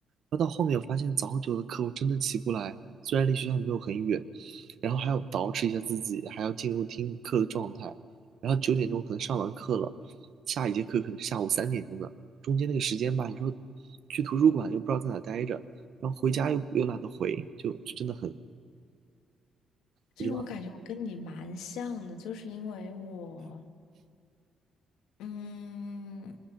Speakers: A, on the right (about 65°); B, on the left (about 85°).
A: 然后到后面，我发现早九的课我真的起不来，虽然离学校没有很远，然后还要捯饬一下自己，还要进入听课的状态。然后九点钟可能上完课了，下一节课可能是下午三点钟的。中间那个时间吧，你说去图书馆又不知道在哪待着，然后回家又又懒得回，就就真的很
B: 其实我感觉我跟你蛮像的，
A: 不知道。
B: 就是因为我，嗯，